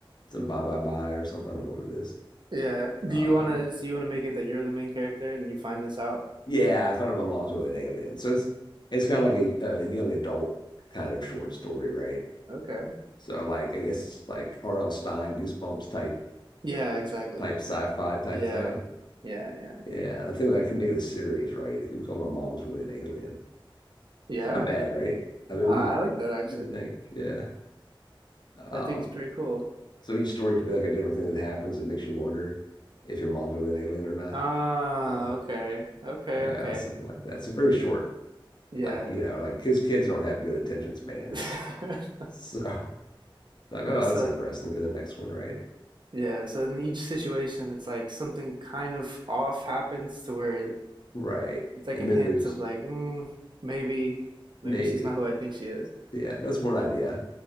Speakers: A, on the left; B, on the right.
A: some Bye Bye Bye or something. I don't know what it is.
B: Yeah.
A: Um,
B: Do you wanna so you wanna make it that you're the main character and you find this out?
A: yeah, I found out my mom's really an alien. So it's it's kind of like a, a young adult kind of short story, right?
B: Okay.
A: So like I guess like R.L. Stein, Goosebumps type
B: Yeah, exactly.
A: type sci-fi type
B: Yeah.
A: thing.
B: Yeah, yeah.
A: Yeah, and I think that could make it a series, right? It could be called My Mom's Really an Alien.
B: Yeah.
A: It's not bad, right? I
B: No,
A: mean,
B: I
A: what do you think?
B: like that actually.
A: What do you think? Yeah. Um,
B: I think it's pretty cool.
A: so each story could be like a different thing that happens that makes you wonder if your mom's really an alien or not.
B: Ah,
A: So
B: okay. Okay,
A: yeah,
B: okay.
A: something like that. So very short.
B: Yeah.
A: Like, you know, like kids kids don't have good attention spans.
B: <laughs> That's
A: So <laughs> like, oh,
B: So,
A: that's interesting. Go to the next one, right?
B: yeah, so in each situation it's like something kind of off happens to where
A: Right.
B: it's like
A: And
B: a
A: maybe
B: hint
A: there's
B: of like, mm, maybe maybe
A: maybe
B: she's not who I think she is.
A: Yeah, that's one idea.